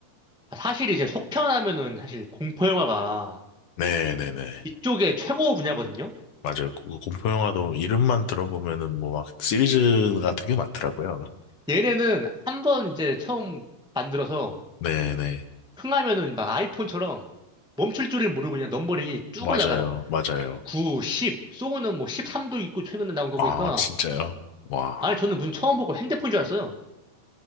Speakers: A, in the centre; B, on the left (about 60°).
A: 사실 이제 속편하면은 사실 공포 영화가
B: 네네네
A: 이쪽에 최고 분야거든요.
B: 맞아요. 그 공포 영화도 이름만 들어보면은 뭐 막 시리즈가 되게 많더라고요.
A: 얘네는 한번 이제 처음 만들어서
B: 네네
A: 흥하면은 막 아이폰처럼 멈출 줄을 모르고 그냥 넘버링이 쭉
B: 맞아요
A: 올라가 막
B: 맞아요.
A: 9, 10, 소우는 뭐 13도 있고 최근에 나온 거
B: 아
A: 보니까
B: 진짜요? 와
A: 아니 저는 문 처음 보고 핸드폰 줄 알았어요.